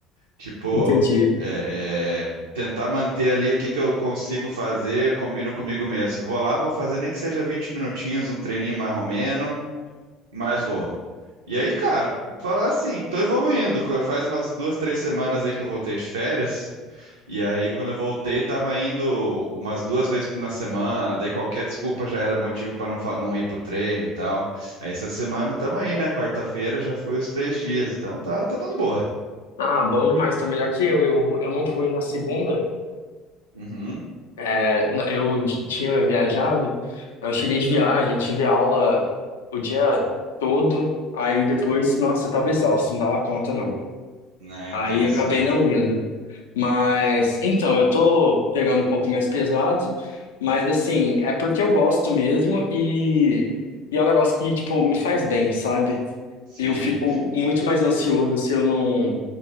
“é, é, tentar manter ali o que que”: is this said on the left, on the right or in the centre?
Right